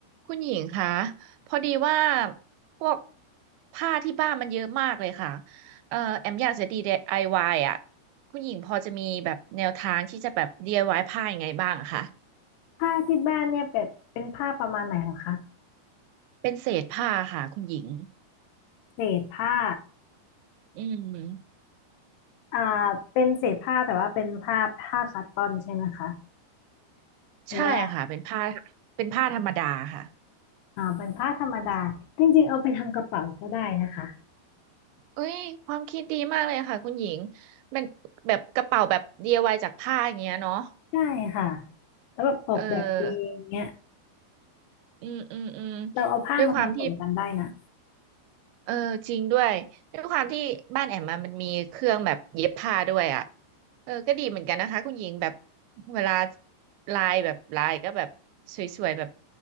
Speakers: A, on the right (about 85°); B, on the left (about 75°).
A: คุณหญิงคะพอดีว่าพวกผ้าที่บ้านมันเยอะมากเลยค่ะเอ่อแอมอยากจะ DIY อวายอ่ะคุณหญิงพอจะมีแบบแนวทางที่จะแบบ DIY ผ้ายังไงบ้างอะคะ
B: ผ้าที่บ้านเนี่ยเป็นเป็นผ้าประมาณไหนเหรอคะ
A: เป็นเศษผ้าค่ะคุณหญิง
B: เศษผ้า
A: อืม
B: อ่าเป็นเศษผ้าแต่ว่าเป็นผ้าผ้าคัตตอนใช่ไหมคะหรือว่า
A: ใช่ค่ะเป็นผ้าเป็นผ้าธรรมดาค่ะ
B: อ่าเป็นผ้าธรรมดาจริงๆเอาไปทำกระเป๋าก็ได้นะคะ
A: เอ้ยความคิดดีมากเลยค่ะคุณหญิงมันแบบกระเป๋าแบบ DIY จากผ้าอย่างเงี้ยเนาะ
B: ใช่ค่ะแล้วแบบออกแบบเองเนี้ย
A: เอออืมอืมอืม
B: เราเอาผ้ามาผสมกันได้นะ
A: ด้วยความที่ เออจริงด้วยด้วยความที่บ้านแอมมามันมีเครื่องแบบเย็บผ้าด้วยอ่ะเออก็ดีเหมือนกันนะคะคุณหญิงแบบเวลาลายแบบลายก็แบบสวยๆแบบ